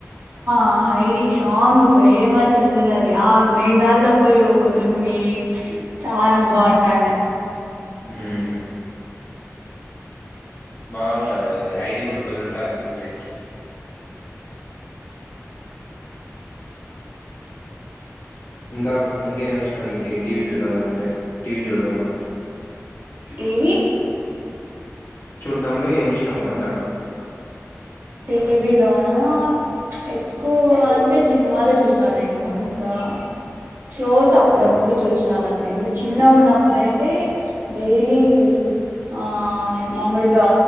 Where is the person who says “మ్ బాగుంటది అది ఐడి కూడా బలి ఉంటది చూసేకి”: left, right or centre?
Left